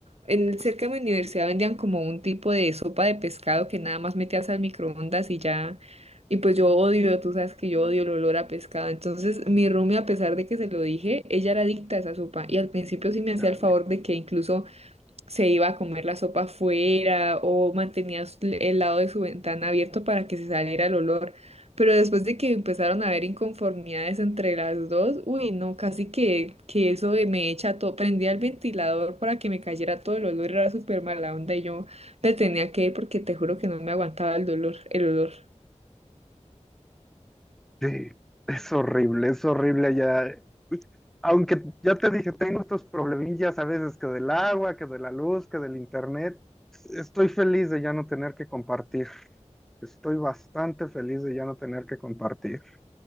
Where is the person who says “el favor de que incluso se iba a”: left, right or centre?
Right